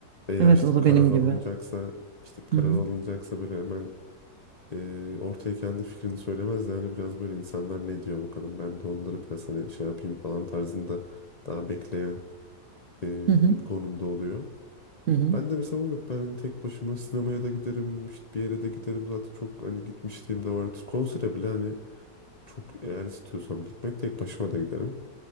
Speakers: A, on the left (about 40°); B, on the right (about 60°).
A: Veya
B: Evet
A: işte
B: o
A: bir
B: da
A: karar
B: benim
A: alınacaksa
B: gibi.
A: işte bir karar
B: Hı hı.
A: alınacaksa böyle hemen e, ortaya kendi fikrini söylemez de hani biraz böyle insanlar ne diyor bakalım ben de onları biraz hani şey yapayım falan tarzında daha bekleyen e,
B: Hı hı.
A: bir konumda oluyor.
B: Hı hı.
A: Ben de mesela o yok. Ben hani tek başıma sinemaya da giderim, işte bir yere de giderim. Zaten çok hani gitmişliğim de vardır. Konsere bile hani çok eğer istiyorsam gitmek tek başıma da giderim.